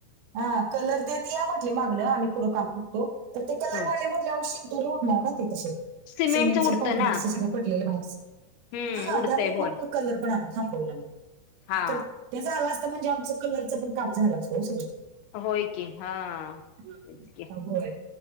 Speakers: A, on the right; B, on the left.
A: हा कलर देत ते यां म्हटले मागन, आम्ही पुढे काम करतो तर ते
B: हा!
A: ते म्हणले आओ शिंतोडे उडणार ना तिथं,
B: सिमेंटच
A: सिमेंट च
B: उडतं
A: काँकरीट
B: ना
A: च पडलेलं बाहेरच,
B: हम्म
A: हा
B: उडतंय
A: त्यामुळे
B: होय
A: मग कलर पण आमी थांबवला म नाहीतर
B: हा
A: ते झाल असता म्हणजे आमचं कलरचंपण काम झाल असत हो सगळं.
B: होय, की हा!
A: हम्म.
B: की
A: होय